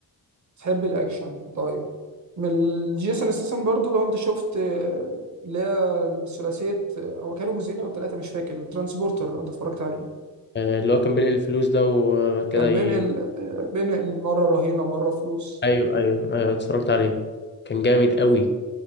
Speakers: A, on the right; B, on the left.
A: بتحب الاكشن طيب من جيسون ستاثام برضو لو انت شفت آه، اللي هي الثلاثيه آه، هو كانوا جزئين او ثلاثه مش فاكر الترانسبورتر لو انت اتفرجت عليه
B: آه، اللي هو كان بينقل الفلوس ده وكده
A: كان
B: ي...
A: بينقل آه، بينقل مره رهينه مره فلوس
B: ايوه ايوه ايوه اتفرجت عليه كان جامد قوي